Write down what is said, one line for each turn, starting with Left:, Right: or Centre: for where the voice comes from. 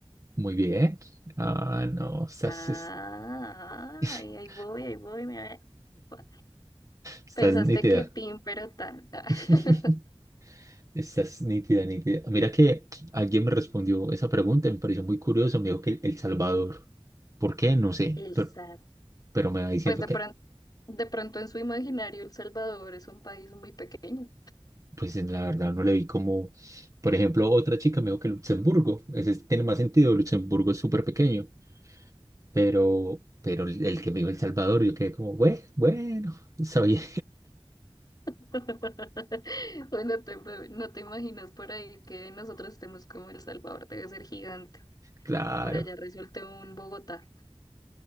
Right: Muy bien. Ah, no, estás...
Left: Ah,
Right: es- <laughs>
Left: ahí, ahí voy, ahí voy, me ve.
Right: Estás
Left: Pensaste
Right: nítida.
Left: que Tim, pero tan. <laughs>
Right: <laughs> Estás nítida, nítida. Mira que alguien me respondió esa pregunta, me pareció muy curioso, me dijo que El Salvador. ¿Por qué? No sé,
Left: El
Right: pero,
Left: SAT.
Right: pero me va diciendo
Left: Pues de
Right: que,
Left: pronto, de pronto en su imaginario El Salvador es un país muy pequeño.
Right: pues en la verdad no le vi como, por ejemplo, otra chica me dijo que Luxemburgo, ese tiene más sentido, Luxemburgo es súper pequeño, pero, pero el el que me dijo El Salvador, yo quedé como, bueno, bueno, está bien,
Left: <laughs> O No te, no te imaginas por ahí que nosotros estemos como El Salvador, debe ser gigante.
Right: <laughs> claro.
Left: Por allá resulta un Bogotá.